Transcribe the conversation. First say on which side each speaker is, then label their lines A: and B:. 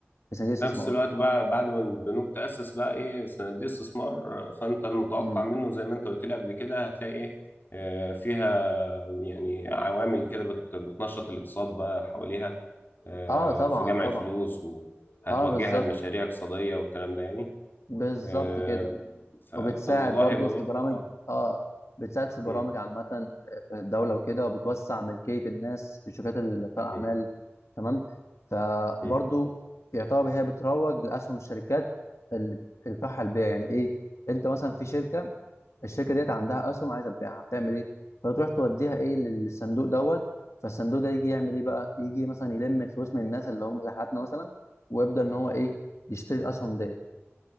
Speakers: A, on the left (about 85°); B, on the left (about 45°).
A: في صناديق الاستثمار
B: نفس الوقت بقى بعد ما البنوك تأسس بقى ايه صناديق استثمار آه، فانت المتوقع
A: مم.
B: منه زي ما انت قلت لي قبل كده هتلاقي ايه آه، فيها يعني عوامل كده بت- بتنشط الاقتصاد بقى حواليها آه،
A: اه طبعا
B: في جمع
A: طبعا
B: الفلوس وهتوجهها
A: اه بالظبط
B: لمشاريع اقتصادية والكلام ده يعني
A: بالظبط
B: آه،
A: كده
B: ف-
A: وبتساعد
B: فالموضوع
A: برضو
B: هيبقى
A: في
B: برضه
A: برامج
B: اه
A: اه بتساعد في برامج
B: مم،
A: عامة آه، في الدولة وكده وبتوسع ملكية الناس في شركات ال- بتاع الأعمال
B: مم،
A: تمام فبرضو
B: مم،
A: يعتبر هي بتروج لأسهم الشركات اللي بتنفعها البيع يعني إيه أنت مثلا في شركة الشركة ديت عندها أسهم عايزة تبيعها بتعمل إيه فتروح توديها إيه للصندوق دوت فالصندوق ده يجي يعمل إيه بقى يجي مثلا يلم الفلوس من الناس اللي هم زي حالاتنا مثلا ويبدأ إن هو إيه يشتري الأسهم ديت